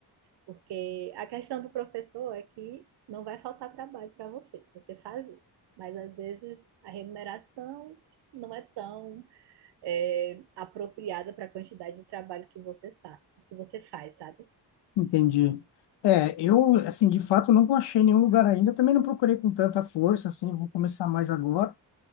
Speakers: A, on the right; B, on the left.
A: Porque a questão do professor é que não vai faltar trabalho para você, pra você fazer. Mas às vezes a remuneração não é tão é, apropriada para a quantidade de trabalho que você sabe, que você faz, sabe?
B: Entendi. É, eu, assim, de fato, não achei nenhum lugar ainda. Também não procurei com tanta força, assim, vou começar mais agora.